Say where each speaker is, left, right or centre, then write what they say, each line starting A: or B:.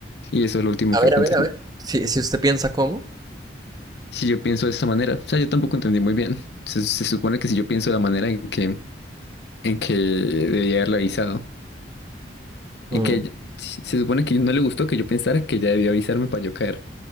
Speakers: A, on the left (about 65°); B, on the right (about 20°).
A: Y eso es lo último
B: A
A: que
B: ver,
A: aconteció.
B: a ver, a ver. Si, si usted piensa cómo.
A: si yo pienso de esa manera. O sea, yo tampoco entendí muy bien. Se, se supone que si yo pienso de la manera en que, en que debía haberle avisado,
B: mm,
A: en que ella- se se supone que no le gustó que yo pensara que ella debía avisarme para yo caer.